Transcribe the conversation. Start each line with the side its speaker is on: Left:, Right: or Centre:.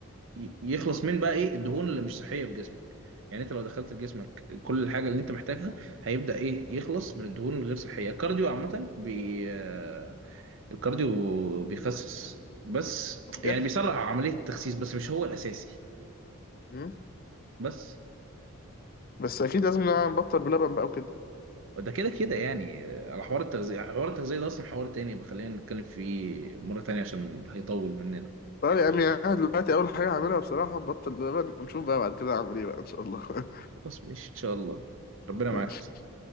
Right: ي- يخلص من بقى ايه الدهون اللي مش صحيه في جسمك يعني انت لو دخلت لجسمك كل الحاجه اللي انت محتاجها هيبدأ ايه يخلص من الدهون الغير صحية الكارديو عامة بي آه، الكارديو بيخسس بس
Left: بيحرق
Right: يعني بيسرع عملية التخسيس بس مش هو الأساسي
Left: مم.
Right: بس
Left: بس اكيد لازم نبطل بلبن بقى وكده
Right: وده كده كده يعني آه، على حوار التغذية حوار التغذية ده أصلا حوار تاني خلينا نتكلم فيه مرة تانية عشان هيطول مننا
Left: طيب يا امي انا دلوقتي اول حاجه هعملها بصراحه نبطل لبن ونشوف بقى بعد كده هعمل ايه بقى ان شاء الله <laughs>
Right: خلاص ماشي إن شاء الله ربنا
Left: ماشي
Right: معاك أصلا